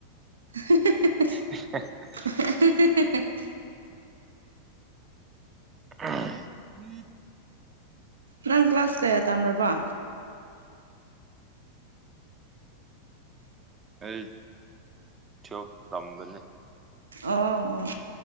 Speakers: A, on the right; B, on the right.
A: ꯍ
B: <inaudible>
A: <inaudible>
B: ꯎ
A: ꯅꯪ ꯀ꯭ꯂꯥꯁ ꯀꯌꯥ ꯇꯥꯝꯔꯕ
B: ꯑꯩ <unintelligible> ꯊꯝꯗꯅꯤ
A: ꯑꯥ ꯑꯣ ꯑꯣ ꯑꯣ